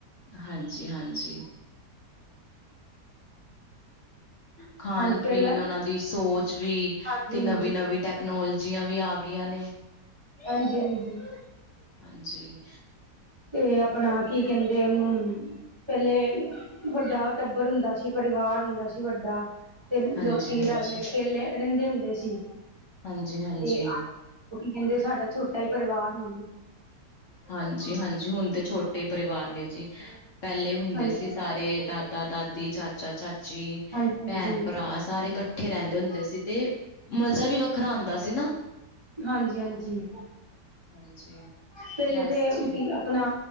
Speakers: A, on the left; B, on the right.
A: ਹਾਂਜੀ-ਹਾਂਜੀ। ਖਾਨ-ਪੀਨ
B: ਹਾਂਜੀ ਪਹਿਲਾਂ
A: ਉਹਨਾਂ ਦੀ ਸੋਚ ਵੀ,
B: ਹਾਂਜੀ
A: ਤੇ ਨਵੀ-ਨਵੀ
B: ਹਾਂਜੀ
A: ਟੈਕਨੋਲਜੀਆਂ ਵੀ ਆਗੀਆ ਨੇ।
B: ਹਾਂਜੀ-ਹਾਂਜੀ।
A: ਹਾਂਜੀ।
B: ਤੇ ਅਪਣਾ, ਕੀ ਕਹਿੰਦੇ ਉਹਨੂੰ ਪਹਿਲੇ ਵੱਡਾ ਟੱਬਰ ਹੁੰਦਾ ਸੀ, ਪਰਿਵਾਰ ਹੁੰਦਾ ਸੀ ਵੱਡਾ। ਤੇ ਲੋਕੀ
A: ਹਾਂਜੀ-ਹਾਂਜੀ,
B: ਰਲ-ਮਿਲਕੇ ਲ, ਰਹਿੰਦੇ ਹੁੰਦੇ ਸੀ,
A: ਹਾਂਜੀ-ਹਾਂਜੀ,
B: ਤੇ ਉਹ ਕੀ ਕਹਿੰਦੇ, ਸਾਡਾ ਛੋਟਾ ਈ ਪਰਿਵਾਰ ਹੋ
A: ਹਾਂਜੀ-ਹਾਂਜੀ, ਹੁਣ ਤੇ ਛੋਟੇ ਈ ਪਰਿਵਾਰ ਨੇ ਜੀ, ਪਹਿਲੇ ਹੁੰਦੇ
B: ਹਾਂਜੀ
A: ਸੀ ਸਾਰੇ ਦਾਦਾ ਦਾ ਦੀ, ਚਾਚਾ-ਚਾਚੀ,
B: ਹਾਂਜੀ ਹਾਂਜੀ
A: ਭੈਣ-ਭਰਾ ਸਾਰੇ ਇਕੱ ਇਕੱਠੇ ਰਹਿੰਦੇ ਹੁੰਦੇ ਸੀ ਤੇ, ਮਜ਼ਾ ਵੀ ਵੱਖਰਾ ਹੁੰਦਾ ਸੀ ਨਾ,
B: ਹਾਂਜੀ ਹਾਂਜੀ
A: ਹਾਂਜੀ।
B: ਪਹਿਲੇ
A: ਬਸ
B: ਤੇ,
A: ਜੀ
B: ਕੀ ਆਪਣਾ